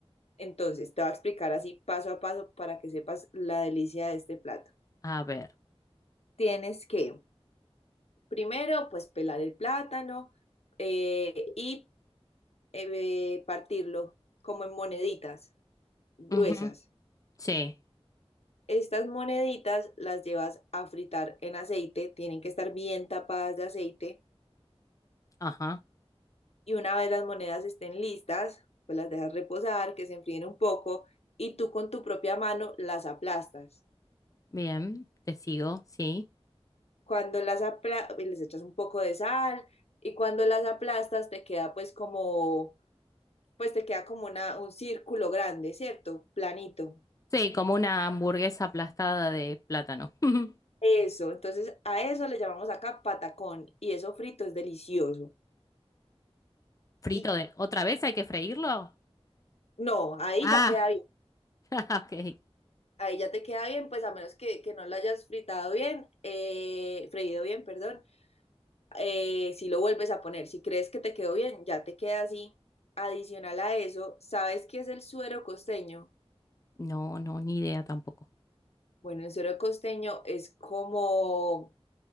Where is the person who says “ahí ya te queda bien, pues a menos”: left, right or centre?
Left